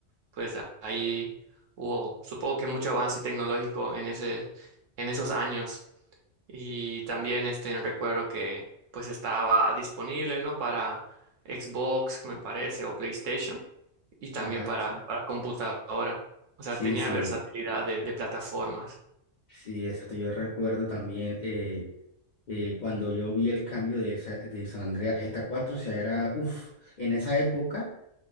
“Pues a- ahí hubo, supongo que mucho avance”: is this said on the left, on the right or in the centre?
Right